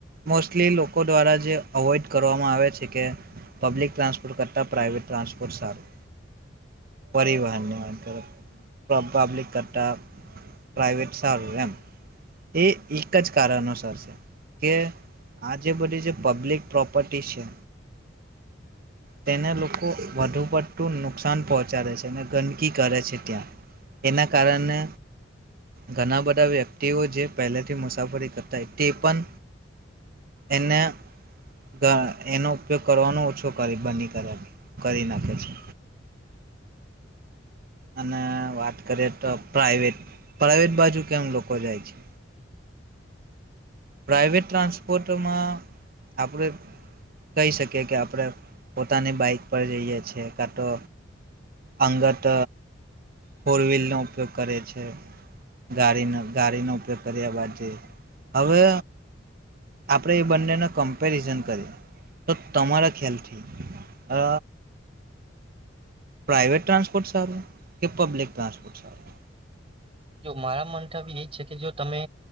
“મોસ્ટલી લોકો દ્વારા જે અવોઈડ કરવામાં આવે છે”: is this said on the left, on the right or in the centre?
Right